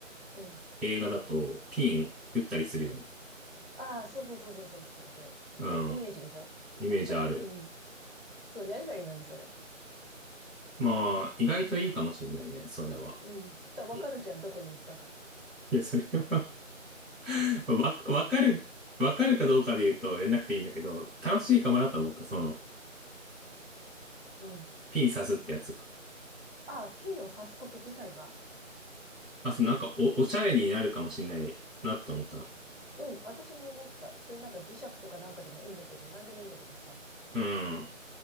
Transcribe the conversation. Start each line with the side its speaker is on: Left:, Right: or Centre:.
Right: うん。
Centre: 映画だとピン打ったりするよね。
Right: あー、そうそうそうそうそうそうそう。
Centre: うん。
Right: これイメージでしょ
Centre: イメージある。
Right: うん。そう、やればいいのに、それ。
Centre: まあ、意外といいかもしんないね、それは。
Right: うん。だ、わかるじゃん、
Centre: えい
Right: どこに行ったか。
Centre: や、それは <laughs> わ、わかる、わかるかどうかで言うとやんなくていいんだけど、楽しいかもなと思った、その、
Right: うん。
Centre: ピン刺すってやつが。
Right: ああ、ピンを刺すこと自体が。
Centre: あそうなんかお、おしゃれになるかもしんないなって思ったの。
Right: うん、私も思った。それなんか磁石とかなんかでもいいんだけど、なんでもいいんだけどさ。
Centre: うん。